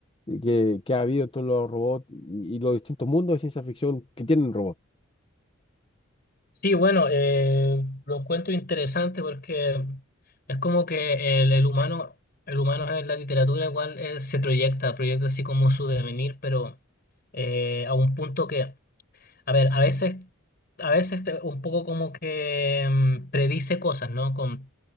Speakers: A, on the left (about 25°); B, on the left (about 45°).
A: de Que, que ha habido en todos los robots y, y los distintos mundos de ciencia ficción que tienen robots.
B: Sí, bueno, eh, lo encuentro interesante porque es como que el, el humano, el humano en la literatura igual eh, se proyecta, proyecta así como su devenir, pero eh, a un punto que, a ver, a veces, a veces un poco como que mm, predice cosas, ¿no? Con,